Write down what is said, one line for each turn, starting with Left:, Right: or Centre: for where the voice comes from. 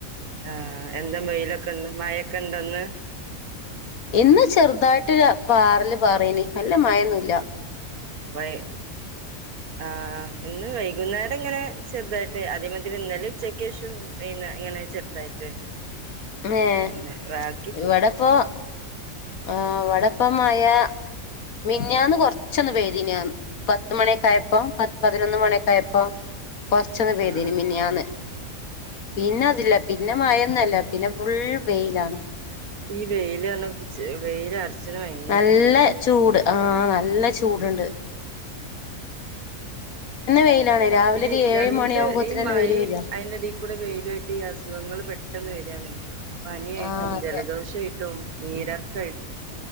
Right: ആഹ് എന്താ വെയിലൊക്കെ ഇണ്ട് മയൊക്കെ ഇണ്ടെന്ന്
Left: ഇന്ന് ചെറുതായിട്ട് പാറല് പാറിനി അല്ല മയൊന്നുല്ല
Right: വൈ ആഹ് ഇന്ന് വൈകുന്നേരം ഇങ്ങനെ ചെറുതായിട്ട് അതേമാതിരി ഇന്നലേം ഉച്ചക്ക്യേഷം വൈന്നാ ഇങ്ങനെ ചെറുതായിട്ട്
Left: ഏഹ്
Right: അങ്ങനെ വാക്
Left: ഇവിടെപ്പോ ആ ഇവടെപ്പ മയ മിൻഞാന്ന് കൊറച്ചൊന്ന് പെയ്തീന് <unintelligible> പത്ത്മണിയൊക്ക ആയപ്പോ പത്ത് പതിനൊന്ന് മണിയൊക്കെ ആയപ്പോ കൊറച്ചൊന്ന് പെയ്തീന്
Right: ആഹ് ആഹ്
Left: മിനിയാന്ന് പിന്നെ അതില്ല പിന്നെ മയന്നൊല്ല ന്നെ ഫുൾ വെയ്ലാണ്
Right: ഈ വെയില് വെയില് അർച്ച്നഹ് വ
Left: നല്ല ചൂട് ആ നല്ല ചൂട്ണ്ട് വെയിലാണ് രാവിലെ
Right: ഈ
Left: ഒരു ഏഴ്
Right: രണ്ട്
Left: മണിയാകുമ്പോത്തിനന്നെ
Right: ഈ മഴയും
Left: വെയില് വരാ
Right: അയ്ന്റെടീ കൂടെ വെയ്ലും ആയിട്ട് ഈ അസുഖങ്ങള് പെട്ടെന്ന് വര യണ് പനിയായിട്ടും
Left: ആ അതെ
Right: ജലദോഷ ആയിട്ടും നീരർക്കായി